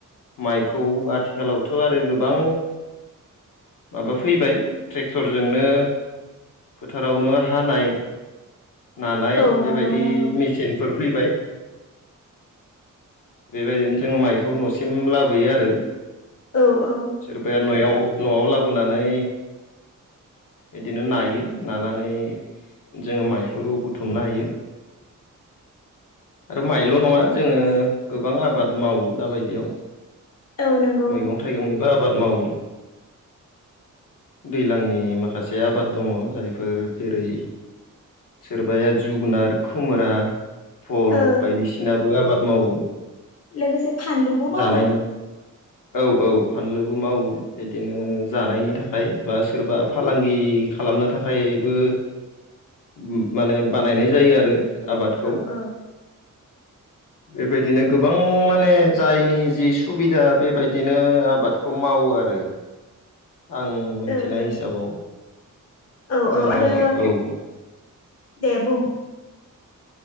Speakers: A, on the left; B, on the left.
A: माइखौ खौ आथिखालावथ' आरो गोबां माबा फैबाय ट्रेक्टरजोंनो फोथारावनो हानाय नानाय
B: औ नंगौ
A: बेबायदि
B: नंगौ
A: मेसिनफोर फैबाय। बेबायदिनो जोङो माइखौ न'सिम लाबोयो आरो।
B: औ-औ।
A: सोरबाया न'याव न'आव लाबोनानै इदिनो नायो नानानै जोङो माइखौबो बुथुमनो हायो। आरो माइल' नङा जोङो गोबां आबाद मावो दाबायदियाव।
B: औ नंगौ।
A: मैगं थाइगंनिबो आबाद मावो। दैज्लांनि माखासे आबाद दङ जायफोर जेरै सोरबाया जुगुनार खुमब्रा भल
B: ओ
A: बायदिसिनाबो आबाद मावो
B: लोगोसे फानलुबो मावो
A: जानायनि। औ-औ फानलुबो मावो बिदिनो
B: औ
A: जानायनि थाखाय बा सोरबा फालांगि खालामनो थाखायबो मम माने बानायनाय जायो आरो आबादखौ।
B: औ ओ
A: बेबायदिनो गोबां माने जायनि जि सुबिदा बेबायदिनो आबाद बे खौ मावो आरो आं मोनथिनाय
B: ओ
A: हिसाबाव
B: औ औ
A: जोङो
B: आरो
A: औ
B: दे बुं